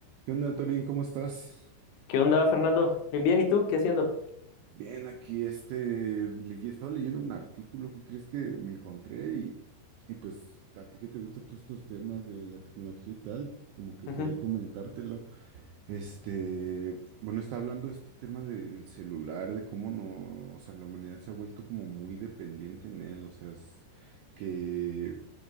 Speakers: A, on the right (about 80°); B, on the left (about 75°).
A: ¿Qué onda, Torín? ¿Cómo estás?
B: ¿Qué onda, Fernando? Bien, bien, ¿y tú? ¿Qué haciendo?
A: Bien, aquí este, leí- estaba leyendo un artículo que crees que me encontré y, y pues a ti que te gustan todos estos temas de la tecnología y tal, como que
B: Ujú,
A: quería comentártelo. Este, bueno, está hablando este tema de- del celular, de cómo no, o sea, la humanidad se ha vuelto como muy dependiente en él, o sea, es que,